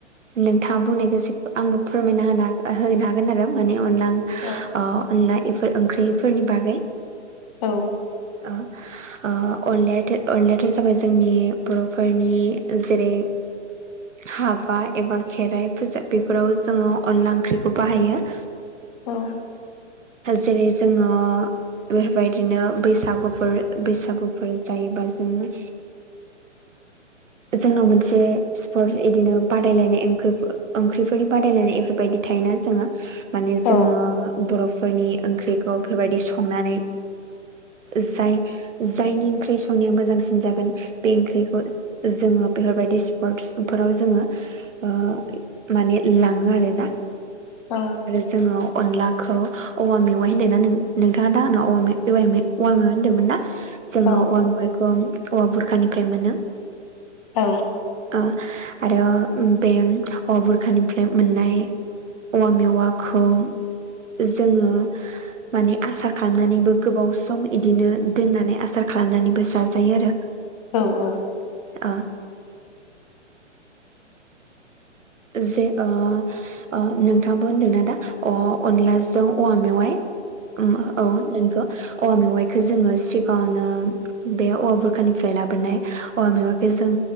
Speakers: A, on the right; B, on the left.
A: नोंथाङा बुंनायखौ आंबो फोरमायना होनो होनो हागोन आरो माने अनला
B: औ
A: ओ अनला इफोर ओंख्रिफोरनि बागै
B: औ
A: अ ओ अनलायाथ' अनलायाथ' जाबाय जोंनि बर'फोरनि जेरै हाबा एबा खेराइ फोजा बेफोराव जोंङो अनला ओंख्रिखौ बाहायो <inaudible>
B: औ
A: जेरै जोंङो बेफोरबायदिनो बै सागुफोर बैसागुफोर जायोबा जोंङो जोंनाव मोनसे स्पर्टस इदिनो बादायलायनाय ओंख्रिफोरनि बादायलायनाय बेफोरबायदि थायोना जोंङो माने
B: औ
A: जोंङो बर'फोरनि ओंख्रिखौ बेफोरबायदि संनानै जाय जायनि ओंख्रि संनाया मोजांसिन जागोन बे ओंख्रिखौ जोंङो बेफोरबायदि स्पर्टस फोराव जोंङो ओ माने लांङो आरोना
B: अ
A: जोंङो अनलाखौ औवा मेवाइ होनदों नों नोंथांङा दा आंनावाय औवा मेवाइ होनदोंमोन ना जोंङो
B: औ
A: औवा मेवाइखौ औवा बुरखानिफ्राय मोनो
B: औ
A: ओ आरो बे औवा बुरखानिफ्राय मोननाय औवा मेवाखौ जोंङो माने आसार खालामनानैबो गोबाव सम इदिनो दोननानै आसार खालामनानैबो जाजायो आरो
B: औ औ
A: ओ जे ओ ओ नोंथाङाबो होनदोंनाा दा अ अनलाजों औवा मेवाइ उम औ नंखौ औवा मेवाइखौ जोंङो सिगांङनो बे औवा बुरखानिफ्राय लाबोनाय औवा मेवखौ जों